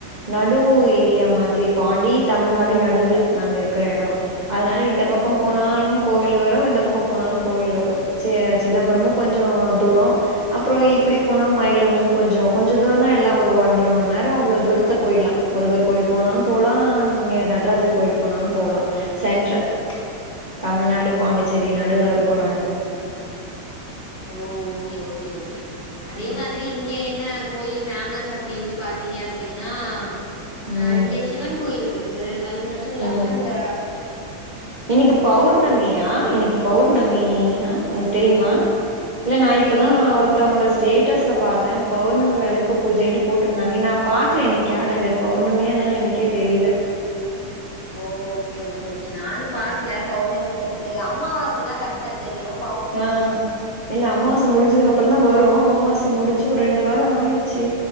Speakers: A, on the right (about 40°); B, on the left (about 50°).
A: நடு ஏரியா மாதிரி பாண்டி தமிழ்நாடு நடுவுல நாங்க இருக்கற எடோ அதனால இந்த பக்கோ
B: ஓ!
A: போனாலு கோவில் வரு இந்த பக்கோ போனாலு கோவில் வரு சிய சிதம்பரமு கொஞ்சோ தூரோ அப்பறோ இப்பிடி போனா மயிலமு கொஞ்சோ கொஞ்ச தூரந்தா எல்லா ஒரு ஒன்றர மண் நேரோ அவ்ளோ தூரத்துல போயிடலா முருகர் கோயில் போனாலு போலா இங்க நடராஜர் கோயில் போனாலு போலா சென்ட்று தமிழ்நாடு
B: ஓ!
A: பாண்டிச்சேரி நடுவுல இருக் கோ நாங்க
B: ஓ ஓகே ஓகே ஓகே அதே
A: ம்
B: மாதிரி இங்க என்ன கோயில் ஃபேமஸ் அப்பிடின்ட்டு பாத்தீங்க அப்பிடின்னா
A: ம்
B: அ இங்க சிவன் கோயில் இருக்கு அது மட்டு இல்லாம
A: ம்
B: இந்த
A: இன்னைக்கு பௌர்ணமியா இன்னைக்கு பௌர்ணமியா உங்களுக்கு தெரியுமா இல்ல நான் இப்பதான்
B: தெரியலையே
A: ஒருத்தவுங்கள ஸ்டேட்டஸ்ல பாத்தேன் பௌர்ணமி விளக்கு பூஜைன்னு போட்ருந்தாங்க நான் பாக்கல இன்னைக் கேலண்டர் பௌர்ணமியா என்னன்னனு எனக்கே தெரியல
B: ஓ ஓகே ஓகே ஓகே நானும் பாக்கல பௌர்ணமி பத்தி தெரில அம்மாவாசனா கரெக்டா தெரியும்
A: ஆஹ் இல்ல அமாவாசை முடிஞ்சதுக்கு அப்புறம் தான் வரும் அமாவாச முடிஞ்சு ஒரு ரெண்டு வாரம் ஆயிடுச்சு